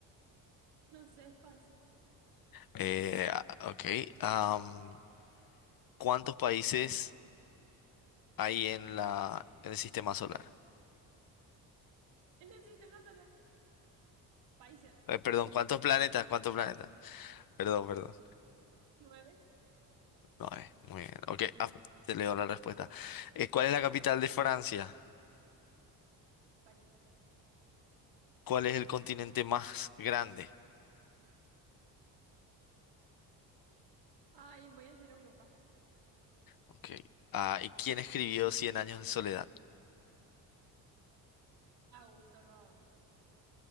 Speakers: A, on the right; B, on the left.
A: No sé, paso.
B: Eh, a- ok. am, ¿cuántos países hay en la, en el sistema solar?
A: <laughs> En el sistema solar. Países.
B: Eh, perdón,
A: O
B: ¿cuántos planetas? ¿Cuántos planetas? Perdón, perdón.
A: nueve.
B: No, eh, muy bien. Ok, ah, te leo la respuesta. Eh, ¿cuál es la capital de Francia?
A: París.
B: ¿Cuál es el continente más grande?
A: Ay, voy a decir Europa.
B: Ok. Ah, ¿y quién escribió Cien años de soledad?
A: Augusto Roabasto.